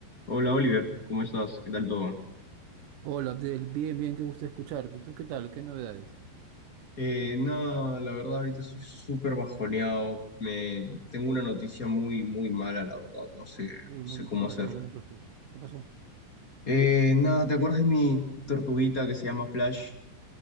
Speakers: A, on the left; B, on the right.
A: Hola Oliver, ¿cómo estás? ¿Qué tal todo?
B: Hola, Abdel. Bien, bien, qué gusto escucharte. ¿Tú qué tal? ¿Qué novedades?
A: Eh, nada, la verdad ahorita estoy súper bajoneado. Me... Tengo una noticia muy, muy mala, la verdad. No sé, no
B: Uy,
A: sé
B: no,
A: cómo
B: ¿qué pasó?
A: hacer.
B: No me asustes. ¿Qué pasó?
A: Eh, nada, ¿te acuerdas de mi tortuguita que se llama Flash?